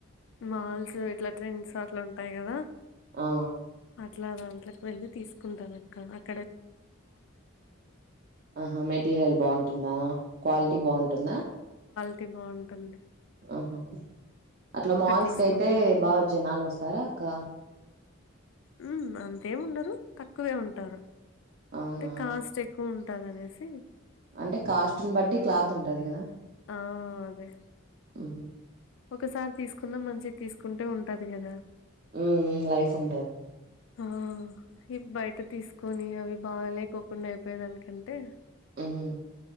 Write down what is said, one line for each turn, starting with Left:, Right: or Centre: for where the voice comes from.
Left: మాల్స్ ఇట్లా ట్రెండ్స్ అట్లా ఉంటాయి కదా
Right: ఆ
Left: అట్లా దాంట్లోకి వెళ్ళి తీసుకుంటాను అక్క
Right: ఆహా మెటీరియల్ బావుంటుందా క్వాలిటీ బావుంటుందా
Left: టీ బావుంటుంది
Right: ఆహా అట్లా మాల్స్కైతే
Left: తీసుకుంటా.
Right: బా జనాలు వస్తారా అక్క
Left: హ్మ్ అంతేమి ఉండరు తక్కువే ఉంటారు
Right: అవునా
Left: తె కాస్టెక్కువు ఉంటదనేసి
Right: అంటే కాస్ట్ని బట్టి క్లాత్ ఉంటది కదా
Left: ఆ అదే
Right: ఉహు
Left: ఒకసారి తీసుకున్న మంచిది తీసుకుంటే ఉంటది గదా
Right: హ్మ్ మ్మ్ లైఫ్ ఉంటది
Left: ఆ ఈ బయట తీసుకొని అవి బాగాలేకోకుండా అయిపోయేదానికంటే
Right: మ్మ్